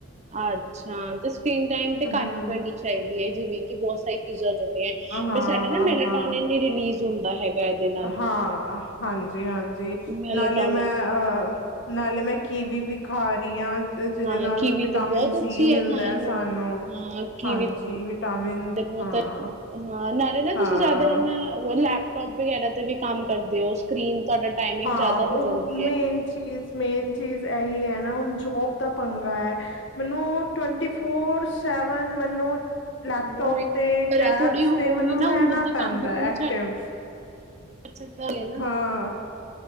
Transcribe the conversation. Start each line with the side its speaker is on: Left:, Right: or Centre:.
Right: ਅੱਛਾ ਤੇ ਸਕਰੀਨ ਟਾਈਮ ਤੇ
Left: ਹਮ
Right: ਘੱਟ ਕਰਨੀ ਚਾਹੀਦੀ ਹੈ ਜਿਵੇਂ ਐ ਬਹੁਤ ਸਾਰੀ ਚੀਜ਼ਾਂ ਆ ਜਾਂਦੀਆਂ
Left: ਹਾਂ, ਹਾਂ,
Right: ਫਿਰ ਸਾਡਾ ਨਾ ਮੈਲਾਟੋਨਨ ਰਿਲੀਜ਼ ਹੁੰਦਾ ਹੈਗਾ ਇਹਦੇ ਨਾਲ।
Left: ਹਾਂ ਹਾਂਜੀ ਹਾਂਜੀ
Right: ਮੈਲਾਟੋਨਿਨ
Left: ਨਾਲੇ ਮੈਂ ਅਹ ਨਾਲੇ ਮੈਂ ਕਿਵੀ ਵੀ ਖਾ ਰਈ ਆ। ਜਿਹਦੇ
Right: ਹਾਂ
Left: ਨਾਲ
Right: ਕੀਵੀ
Left: ਵਿਟਾਮਿਨ
Right: ਤੇ ਬਹੁਤ
Left: ਸੀ
Right: ਅੱਛੀ
Left: ਮਿਲਦਾ
Right: ਖਾਣ
Left: ਹੈ
Right: ਨੂੰ
Left: ਸਾਨੂੰ
Right: ਹਾਂ ਕੀਵੀ
Left: ਹਾਂਜੀ ਵਿਟਾਮਿਨ
Right: ਤੇ ਬਹੁਤ
Left: ਹਾਂ
Right: ਹਾਂ ਨਾਲੇ ਨਾ ਤੁਸੀਂ
Left: ਹਾਂ,
Right: ਜ਼ਿਆਦਾ ਇਹਨਾਂ ਲੈਪਟੋਪ ਵਗੈਰਾ ਤੇ ਵੀ ਕੰਮ ਕਰਦੇ ਹੋ ਸਕਰੀਨ ਤੁਹਾਡਾ ਟਾਈਮਿੰਗ
Left: ਹਾਂ
Right: ਜ਼ਿਆਦਾ ਹੋ
Left: ਉਹ
Right: ਜਾਂਦੀ ਹੈ
Left: ਮੇਨ ਚੀਜ਼ ਮੇਨ ਚੀਜ਼ ਇਹੀ ਹੈ ਨਾ ਹੁਣ ਜੋਬ ਦਾ ਪੰਗਾ ਹੈ ਮੈਨੂੰ ਟਵੰਟੀ ਫੋਰ ਸੈਵਨ ਮੈਨੂੰ ਲੈਪਟੋਪ
Right: ਉਹੀ
Left: ਤੇ
Right: ਪਰ
Left: ਟੈਬਸ
Right: ਇਹ ਥੋੜ੍ਹੀ ਉਹੀ
Left: ਤੇ ਮੈਨੂੰ
Right: ਨਾ
Left: ਰਹਿਣਾ
Right: ਹੁਣ ਬੰਦਾ
Left: ਪੈਂਦਾ
Right: ਕੰਮ ਵੀ ਤੇ
Left: ਹੈ
Right: ਨਹੀਂ
Left: ਐਕਟਿਵ
Right: ਛੱਡ ਸਕਦਾ ਨਈ ਨਾ
Left: ਹਾਂ